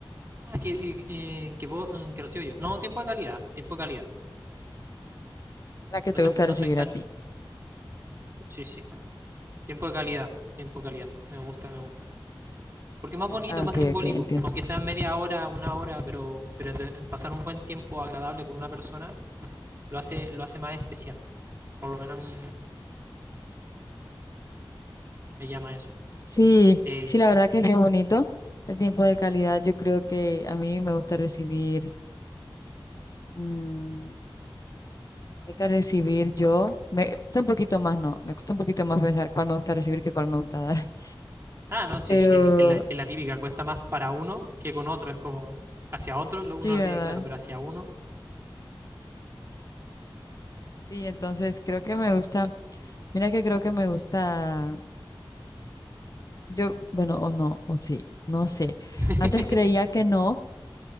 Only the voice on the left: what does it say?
La que
te
gusta
recibir
a ti.
Ah,
ok,
ok, entiendo.
Sí,
sí, la verdad que es bien bonito. El tiempo de calidad, yo creo que a mí me gusta recibir, mm, hay que recibir yo, me cuesta un poquito más, ¿no? Me cuesta un poquito más pensar cuál me gusta recibir que cuál me gusta dar. <laughs>
Pero
sí,
¿verdad?
Sí, entonces creo que me gusta, mira que creo que me gusta, yo, bueno, o no, o sí, no sé.
Antes creía que no